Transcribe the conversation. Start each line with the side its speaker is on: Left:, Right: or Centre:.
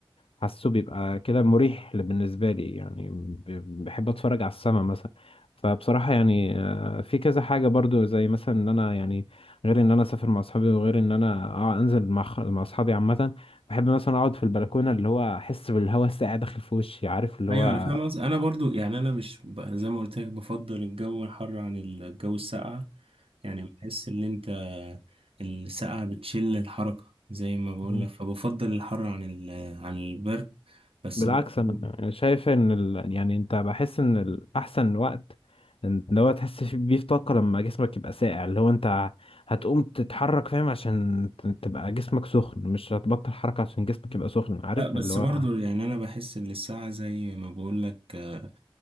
Left: حاسه بيبقى كده مريح بالنسبة لي يعني ب- بحب اتفرج على السما مثلا فبصراحة يعني آه، في كذا حاجة برضو زي مثلا ان انا يعني غير ان انا اسافر مع اصحابي وغير ان انا أقع- انزل مع خ- مع اصحابي عامة بحب مثلا اقعد في البلكونة اللي هو احس بالهواء الساقع داخل في وشي عارف اللي
Right: ايوه
Left: هو
Right: انا فاهم قصدي انا برضو يعني انا مش ب- زي ما قلت لك بفضل الجو الحر عن الجو الساقع يعني بحس ان انت الساقعة بتشل الحركة زي ما بقول
Left: مم.
Right: لك فبفضل الحر عن ال عن البرد بس
Left: بالعكس
Right: برضو
Left: انا أنا شايف ان ال... يعني انت بحس ان الاحسن وقت إن اللي هو تحس في- بيه في طاقه لما جسمك يبقى ساقع اللي هو انت هتقوم تتحرك فاهم عشان ت- تبقى جسمك سخن مش هتبطل حركه عشان جسمك يبقى سخن عارف
Right: آه، بس
Left: اللي هو
Right: برضو يعني انا بحس ان الساقعة زي ما بقول لك آه،